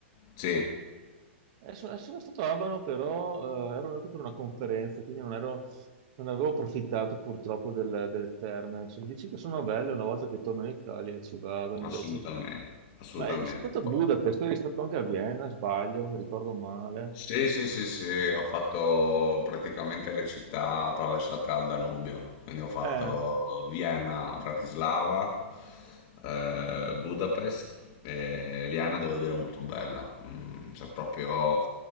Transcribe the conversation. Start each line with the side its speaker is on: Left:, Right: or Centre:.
Left: Sì,
Right: Eh, so- eh, sono stato a Abano, però eh, ero andato per una conferenza, quindi non ero- non avevo approfittato purtroppo del- delle terme. Se mi dici che sono belle, una volta che torno in Italia ci vado invece.
Left: assolutamente, assolutamente.
Right: Ma eh, sei stato a Budapest, tu eri stato anche a Vienna, sbaglio, non mi ricordo male.
Left: Sì, sì, sì, sì, ho fatto praticamente le città attraversate al Danubio, quindi ho fatto
Right: Eh,
Left: Vienna, Bratislava, eh, Budapest e Vienna devo dire molto bella, Mm, cioè proprio